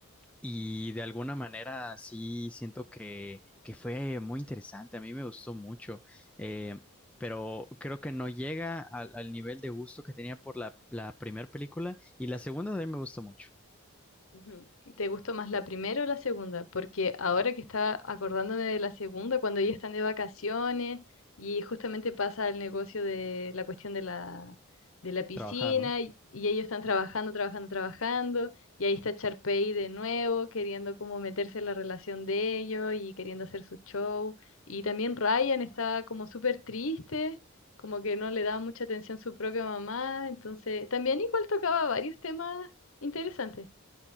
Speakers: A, in the centre; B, on the left (about 65°).
A: Y de alguna manera sí siento que, que fue muy interesante. A mí me gustó mucho. Eh, pero creo que no llega al, al nivel de gusto que tenía por la, la primera película. Y la segunda también me gustó mucho.
B: Ujú. ¿Te gustó más la primera o la segunda? Porque ahora que estaba acordándome de la segunda, cuando ellos están de vacaciones y justamente pasa el negocio de la cuestión de la, de la piscina
A: Trabajaron.
B: y, y ellos están trabajando, trabajando, trabajando y ahí está Charpey de nuevo queriendo como meterse en la relación de ellos y queriendo hacer su show. Y también Ryan estaba como súper triste, como que no le daba mucha atención su propia mamá, entonces también igual tocaba varios temas interesantes.